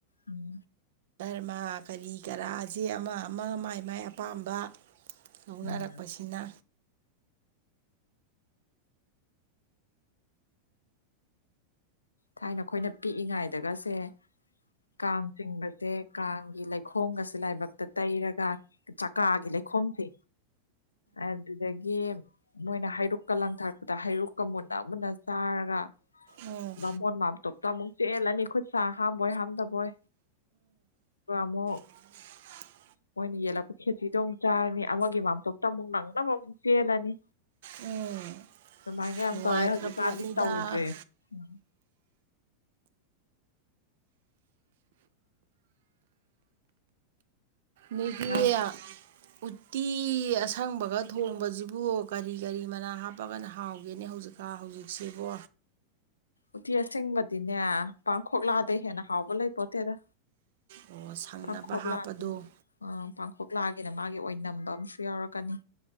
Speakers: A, on the left (about 75°); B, on the right (about 55°).
A: ꯎꯝ
B: ꯑꯃ ꯀꯔꯤ ꯀꯔꯥꯥꯁꯦ ꯑꯃ ꯑꯃ ꯃꯥꯏ ꯃꯥꯏ ꯑꯄꯥꯝꯕ ꯂꯧꯅꯔꯛꯄꯁꯤꯅ
A: ꯎꯝ ꯊꯥꯏꯅ ꯑꯩꯈꯣꯏꯅ ꯄꯤꯛꯏꯉꯥꯏꯗꯒꯁꯦ ꯀꯥꯡ ꯆꯤꯡꯕꯁꯦ ꯀꯥꯡꯒꯤ ꯂꯩꯈꯣꯝꯒꯁꯦ ꯂꯥꯏꯕꯛꯇ ꯇꯩꯔꯒ ꯆꯀꯥꯒꯤ ꯂꯩꯈꯣꯝꯁꯦ ꯑꯗꯨꯗꯒꯤ ꯃꯣꯏꯅ ꯍꯥꯏꯗꯣꯛ ꯀ ꯂꯪꯊꯥꯔꯛꯄꯗ ꯍꯩꯔꯨꯛꯀ ꯃꯨꯅ ꯑꯃꯨꯟꯅ ꯆꯥꯔꯒ
B: ꯎꯝ
A: ꯕꯥꯃꯣꯟ ꯃꯥꯝꯇꯣꯞꯇ ꯑꯃꯨꯛ ꯆꯦꯜꯂꯅꯤ ꯈꯨꯠ ꯁꯥ ꯍꯥꯝꯕꯣꯏ ꯍꯥꯝꯗꯕꯣꯏ ꯀꯃꯣ
B: ꯎ
A: ꯃꯣꯏꯅ ꯌꯦꯜꯂꯛꯄ ꯈꯦꯆꯔꯤꯗꯣ ꯑꯃꯨꯛ ꯆꯥꯔꯅꯤ ꯑꯃꯒꯤ ꯃꯥꯝꯇꯣꯞꯇ ꯑꯃꯨꯛ ꯅꯪꯅꯕ ꯑꯃꯨꯛ ꯆꯦꯜꯂꯅꯤ
B: ꯎꯝ
A: ꯑꯗꯨꯨꯃꯥꯏꯅ ꯀ ꯌꯥꯝ
B: ꯅꯨꯡꯉꯥꯏꯈ꯭ꯔ
A: ꯇꯧꯔꯦ ꯍꯧꯖꯤꯛꯀꯥꯟꯗꯤ
B: ꯄꯣꯠꯅꯤꯗ
A: ꯇꯧꯗ꯭ꯔꯦ ꯎ
B: ꯃꯊꯌꯥ
A: ꯅꯪ
B: ꯎꯠꯇꯤ ꯑꯁꯪꯕꯒ ꯊꯣꯡꯕꯁꯤꯕꯨ ꯀꯔꯤ ꯀꯔꯤ ꯃꯅꯥ ꯍꯥꯞꯄꯒꯅ ꯍꯥꯎꯒꯦꯅꯦ ꯍꯧꯖꯤꯛꯛ ꯀ ꯍꯧꯖꯤꯛꯁꯤꯕꯣ
A: ꯎꯇꯤ ꯑꯁꯦꯡꯕꯗꯤꯅꯦ ꯄꯥꯡꯈꯣꯛꯂꯛꯑꯗꯩ ꯍꯦꯟꯅ ꯍꯥꯎꯕ ꯂꯩ ꯄꯣꯠꯇꯦꯗ
B: ꯑꯣ ꯁꯪꯅꯕ
A: ꯄꯪꯈꯣꯛꯒ
B: ꯍꯥꯞꯄꯗꯣ
A: ꯂꯥꯛꯒ ꯑ ꯄꯥꯡꯈꯣꯛꯒ ꯂꯥꯛꯒꯦ ꯀꯩꯅ ꯃꯥꯒꯤ ꯑꯣꯏꯅ ꯅꯝꯕ ꯑꯃꯁꯨ ꯌꯥꯎꯔꯛꯀꯅꯤ